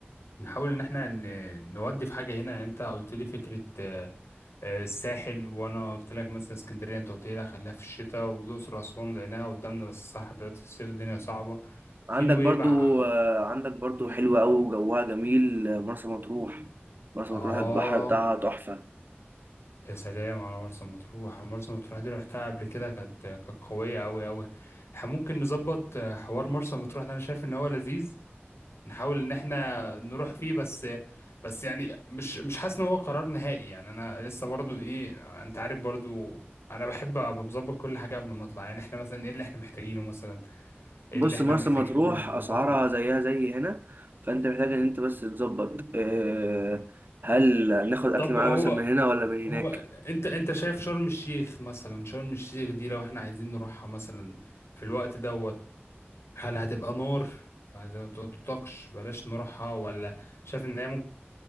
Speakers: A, on the left; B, on the right.
A: نحاول ان احنا ن- نودي في حاجة هنا يعني انت قلت لي فكرة آه، الساحل وانا قلت لك مثلا اسكندريه انت قلت لي لا خليها في الشتاء والاقصر واسوان لانها قدامنا بس صح دلوقتي الصيف الدنيا صعبه في
B: عندك
A: نويبع
B: برضو آه، عندك برضو
A: في-
B: حلوة أوي وجوها جميل آه، مرسى مطروح مرسى
A: اه
B: مطروح البحر بتاعها تحفة
A: يا سلام على مرسى مطروح مرسى مطروح دي رحتها قبل كده كانت كانت قويه قوي قوي ممكن نظبط آه، حوار مرسى مطروح ده انا شايف ان هو لذيذ نحاول ان احنا نروح فيه بس بس يعني مش مش حاسس ان هو قرار نهائي يعني انا لسه برضو ايه انت عارف برضو انا بحب ابقى مظبط كل حاجه قبل ما اطلع يعني احنا مثلا ايه اللي احنا محتاجينه مثلا ايه
B: بص
A: اللي احنا
B: مرسى
A: محتاجين
B: مطروح
A: نظبطه
B: اسعارها زيها زي هنا فانت محتاج ان انت بس تظبط آه، هل ناخد اكل
A: طب
B: معانا
A: هو
B: مثلا من هنا ولا من هناك
A: هو انت انت شايف شرم الشيخ مثلا شرم الشيخ دي لو احنا عايزين نروحها مثلا في الوقت دوت هل هتبقى نار ما تطاقش بلاش نروحها ولا شايف ان هي